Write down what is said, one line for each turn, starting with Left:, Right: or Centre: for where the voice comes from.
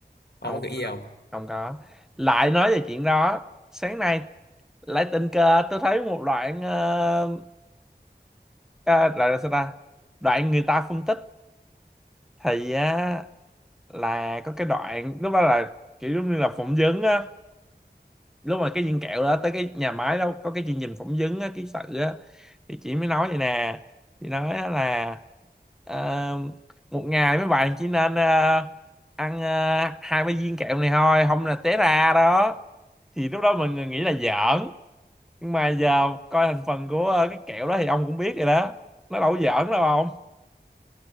Left: ông
Centre: không
Left: có nghĩ gì không
Centre: không có lại nói về chuyện đó sáng nay lại tình cờ tôi thấy một đoạn ờ, ờ, đoạn là sao ta đoạn người ta phân tích thì á là có cái đoạn lúc đó là kiểu giống như là phỏng vấn á lúc mà cái viên kẹo đó tới cái nhà máy đó có cái chương trình phỏng vấn á ký sự á thì chị mới nói vậy nè chị nói á là ờ, một ngày mấy bạn chỉ nên ờ, ăn ờ, hai ba viên kẹo này thôi không là té ra đó thì lúc đó mọi người nghĩ là giỡn nhưng mà giờ coi thành phần của ờ, cái kẹo đó thì ông cũng biết rồi đó nó đâu có giỡn đâu không